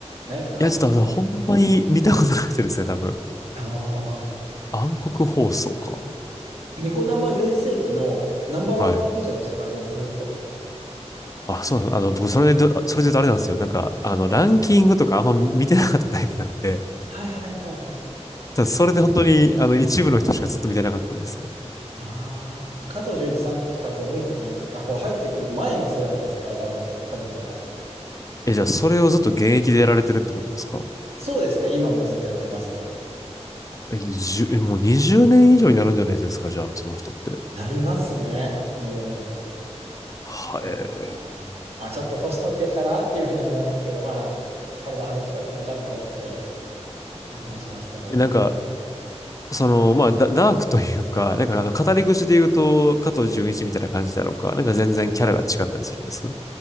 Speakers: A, on the right; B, on the left.
A: ないか。
B: いや、ちょっとほんまに見たことなくてですね、多分。
A: ああ、
B: 暗黒放送か。
A: ニコ生全盛期のナンバーワン配信者でしたからね、
B: はい。
A: ずーっと。
B: あ、そうなんあの、僕、それで、それで言うとあれなんですよ。なんか、あの、ランキングとかあんま見てなかったタイプなんで、
A: はいはいはい。
B: ただそれで本当に、あの、一部の人しかずっと見てなかったんですよ。
A: ああ、加藤純一さんとか、こう、うんこちゃんがこう入ってくる前の世代ですから、多分、多分というか。
B: え、じゃあ、それをずっと現役でやられてるってことですか
A: そうですね。今もずっとやってます。
B: え、じゅ、えもう20年以上になるんじゃないですか、じゃあ、その人って。
A: なりますね。もう。
B: はい。
A: いやーあ、ちょっと年取ってきたらっていうふうには思いますけど、まあ、体張る企画もちゃんと多くて、いや、楽しませてもらってます。
B: えなんか、その、まあ、ダダークというか、なんか、あの、語り口で言うと、加藤純一みたいな感じなのか、なんか全然キャラが違ったりするんです。